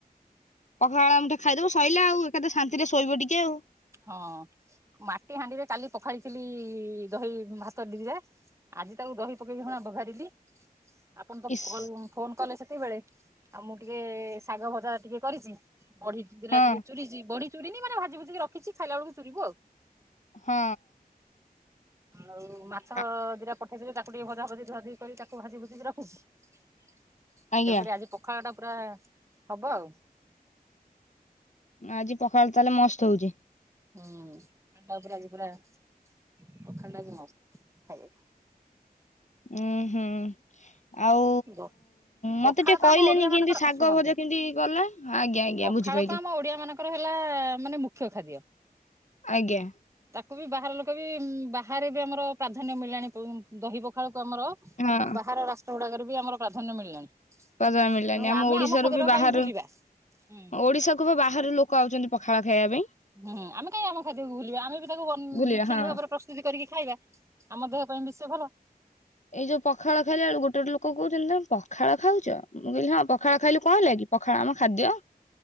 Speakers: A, on the left; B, on the right.
A: ପଖାଳ ଆ ମୁଠେ ଖାଇଦବ ସଇଲା ଆଉ ଏକାତ ଶାନ୍ତିରେ ଶୋଇବ ଟିକେ ଆଉ।
B: ହଁ ମାଟି ହାଣ୍ଡିରେ କାଲି ପଖାଳିଥିଲି ଦହି ଭାତ ଦିରେ। ଆଜି ତାକୁ ଦହି ପକେଇବି ହଁ ପଘାରିଲି। ଆପଣ ତ
A: ଇସ୍
B: କଲ ଫୋନ କଲେ ସେତିକିବେଳେ ଆଉ ମୁଁ ଟିକେ ଶାଗ ଭଜା ଟିକେ କରିଚି। ବଢି ଦିଟା
A: ହଁ
B: ଟିକେ ଚୁରିଚି ବଢି ଚୁରିନି ମାନେ ଭଜି ଭୁଜିିକି ରଖିଚି ଖାଇଲା ବେଳକୁ ଚୁରିବୁ ଆଉ।
A: ହଁ।
B: ଆଉ ମାଛ
A: ଆ
B: ଦିଟା ପଠେଇଥିଲି ତାକୁ ଟିକେ ଭଜା ଭଜି ଧୁଆ ଧୁଇ କରି ତାକୁ ଭାଜି ଭୁଜିିକି ରଖୁଛି। ତେଣୁକରି
A: ଆଜ୍ଞା
B: ଆଜି ପଖାଳଟା ପୁରା ହବ ଆଉ।
A: ଆଜି ପଖାଳ ତାହେଲେ ମସ୍ତ ହୋଉଚି।
B: ହୁଁ ପଖାଳଟା ପୁରା ଆଜି ପୁରା ପଖାଳଟା ଆଜି ମସ୍ତ ଖାଇବାକୁ।
A: ଉଁ ହୁଁ। ଆଉ
B: ଗ
A: ମତେ
B: ପଖାଳ
A: ଟିକେ
B: ତ
A: କହିଲେନି
B: ଆମ ଓଡିଆ ମାନଙ୍କର
A: କେମିତି ଶାଗ
B: ଶୁଣନ୍ତୁ
A: ଭଜା କେମିତି ଗଲା ଆଜ୍ଞା ଆଜ୍ଞା
B: ପଖାଳ
A: ବୁଝିପାଇଲି
B: ତ ଆମ ଓଡିଆ ମାନଙ୍କ ତାଙ୍କର ହେଲା ମାନେ ମୁଖ୍ୟ ଖାଦ୍ୟ
A: ଆଜ୍ଞା।
B: ତାକୁ ବି ବାହାର ଲୋକ ବି ଉମ୍ ବାହାରେ ବି ଆମର ପ୍ରାଧାନ୍ୟ ମିିଳିଲାଣି ପୁ ଦହି ପଖାଳକୁ ଆମର
A: ହଁ
B: ବାହାର ରାଷ୍ଟ୍ର ଗୁଡାକରେ ବି ଆମର ପ୍ରାଧାନ୍ୟ ମିଳିଲାଣି।
A: ପ୍ରାଧାନ୍ୟ ମିଳିଲାଣି
B: ତେଣୁ
A: ଆମ
B: ଆମେ
A: ଓଡିଶାରୁ
B: ଖାଦ୍ୟଟାକୁ
A: ବି ବାହାରୁ
B: କାହିଁ ଭୁଲିବା। ହୁଁ
A: ଓଡିଶାକୁ କୁ ପା ବାହାରୁ ଲୋକ ଆଉଚନ୍ତି ପଖାଳ ଖାଇବା ପାଇଁ।
B: ହୁଁ ଆମେ କାଇଁ ଆମ ଖାଦ୍ୟକୁୁ ଭୁଲିବା ଆମେ ବି ତାକୁ ବନ୍ ଉଁ
A: ବୁଲିବା
B: ଠିକ
A: ହଁ
B: ଭାବରେ ପ୍ର ତୁତି କରିକି ଖାଇବା ଆମ ଦେହ ପାଇଁ ବି ସେ ଭଲ।
A: ଏଇ ଯୋଉ ପଖାଳ ଖାଇଲା ବେଳୁ ଗୋଟେ ଗୋଟେ ଲୋକ କୋହୁଚନ୍ତି ତମେ ପଖାଳ ଖାଉଚ। ମୁଁ କହିଲି ପଖାଳ ଖାଇଲୁ କଣ ହେଲା କି ପଖାଳ ଆମ ଖାଦ୍ୟ।